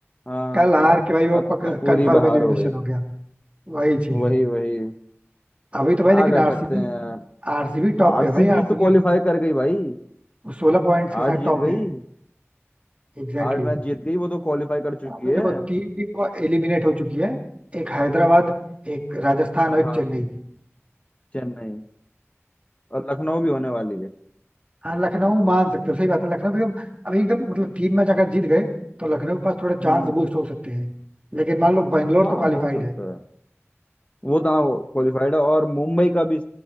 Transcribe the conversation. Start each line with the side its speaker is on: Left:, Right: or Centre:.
Left: हाँ
Right: कल हार के भाई वो
Left: अब
Right: कंफर्म
Left: तो पूरी बहार
Right: एलिमिनेशन
Left: हो गई
Right: हो गया वही चीज
Left: वही
Right: है
Left: वही
Right: अभी तो
Left: क्या
Right: भाई लेकिन
Left: कर
Right: आरसीबी
Left: सकते हैं यार
Right: आरसीबी टॉप
Left: आरसीबी
Right: पे है भाई आरसीबी
Left: तो क्वालिफाई कर गई भाई
Right: वो 16 पॉइंट्स के
Left: आठ
Right: साथ टॉप
Left: जीत
Right: पे
Left: गई
Right: है Exactly
Left: आठ
Right: exactly.
Left: मैच जीत गई वो तो क्वालिफाई कर चुकी
Right: अभी देखो
Left: है
Right: तीन टीम को एलिमिनेट हो चुकी है एक हैदराबाद एक राजस्थान और
Left: हाँ
Right: एक चेन्नई
Left: चेन्नई और लखनऊ भी होने वाली है
Right: हाँ लखनऊ मान सकते हो सही बात है लखनऊ भी अब अभी एकदम मतलब तीन मैच अगर जीत गए तो लखनऊ के पास थोड़ा चांस
Left: हम्म
Right: बूस्ट हो सकते हैं लेकिन मान लो बेंगलोर
Left: हाँ
Right: तो क्वालिफाइड
Left: हो सकता
Right: है
Left: है वो तो हाँ क्वालिफाइड है और मुंबई का भी